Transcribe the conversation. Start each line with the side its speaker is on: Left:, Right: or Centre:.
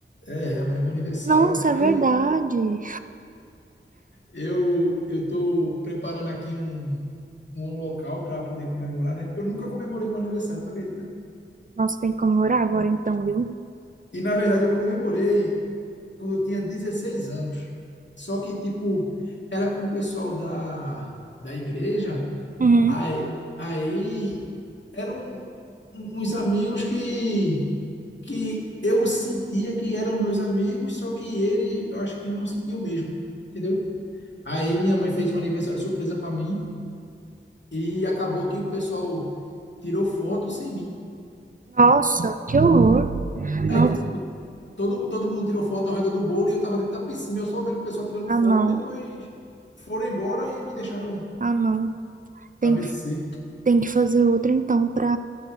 Left: É, amanhã é meu aniversário.
Right: Nossa,
Left: Aí
Right: é verdade.
Left: eu eu tô preparando aqui um, um local para poder comemorar, né? Eu nunca comemorei meu aniversário, tu acredita?
Right: Nossa, tem que comemorar agora então, viu?
Left: E na verdade eu comemorei quando eu tinha 16 anos. Só que, tipo, era com o pessoal da, da igreja,
Right: Uhum.
Left: aí, aí eram uns amigos que, que eu sentia que eram meus amigos, só que ele, eu acho que não sentiu mesmo, entendeu? Aí minha mãe fez um aniversário surpresa para mim e acabou que o pessoal tirou foto sem mim.
Right: Nossa, que horror. Não,
Left: Aí, tipo, todo, todo mundo tirou foto ao redor do bolo e eu tava dentro da piscina, eu só vendo o pessoal tirando
Right: ah,
Left: foto,
Right: não.
Left: depois foram embora e me deixaram
Right: Ah, não. Tem
Left: a mercê.
Right: que, tem que fazer outra então pra,